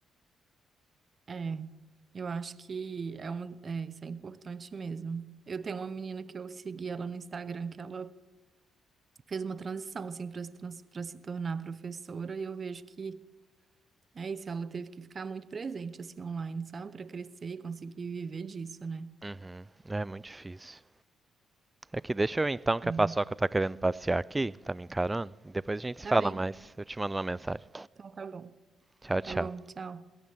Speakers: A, on the right; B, on the right.
A: É, eu acho que é uma, é, isso é importante mesmo. Eu tenho uma menina que eu segui ela no Instagram, que ela fez uma transição, assim, para se, trans- pra se tornar professora, e eu vejo que É isso, ela teve que ficar muito presente, assim, online, sabe? Para crescer e conseguir viver disso, né?
B: Uhum, é muito difícil. Aqui, deixa eu então que
A: Sim.
B: a Paçoca tá querendo passear aqui, tá me encarando, e depois a gente se
A: Tá
B: fala
A: bem.
B: mais. Eu te mando uma mensagem.
A: Então tá bom.
B: Tchau, tchau.
A: Tá bom, tchau.